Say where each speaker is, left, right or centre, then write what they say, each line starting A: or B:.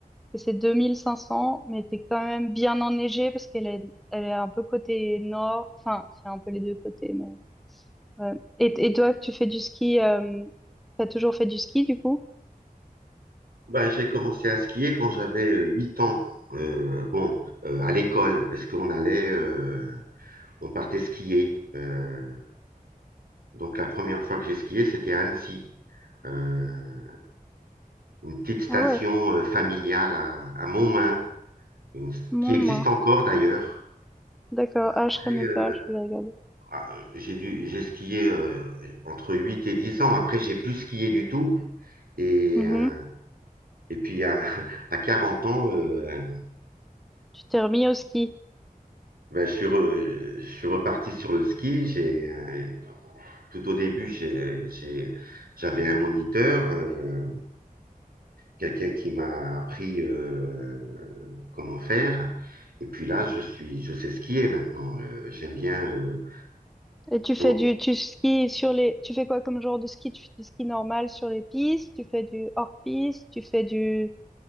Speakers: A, in the centre; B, on the right.
A: que c'est 2500 mais t'es quand même bien enneigé parce qu'elle est, elle est un peu côté nord. Enfin, il y a un peu les deux côtés, mais ouais. Et, et toi, tu fais du ski, euh, t'as toujours fait du ski du coup?
B: Ben, j'ai commencé à skier quand j'avais euh, 8 ans. Euh, bon, euh, à l'école, parce qu'on allait, euh, on partait skier. Euh, donc la première fois que j'ai skié, c'était à Annecy, Euh, une petite station
A: Ah ouais,
B: euh, familiale à, à Montmain, une-
A: mon
B: qui existe
A: main.
B: encore d'ailleurs.
A: D'accord. Ah,
B: Après,
A: je connais
B: euh,
A: pas, je vais regarder.
B: Ah, euh, j'ai dû, j'ai skié euh, entre 8 et 10 ans. Après, j'ai plus skié du tout. Et,
A: Mhm.
B: euh, et puis, à, <laughs> à 40 ans, euh,
A: Tu t'es remis au ski.
B: ben, je suis re- je suis reparti sur le ski. J'ai, euh, tout au début, j'ai, j'ai- j'avais un moniteur, euh, quelqu'un qui m'a appris euh, comment faire. Et puis là, je suis, je sais skier maintenant. Euh, j'aime bien. euh,
A: Et tu fais
B: bon,
A: du, tu skis sur les, tu fais quoi comme genre de ski? Tu fais du ski normal sur les pistes, tu fais du hors-piste, tu fais du,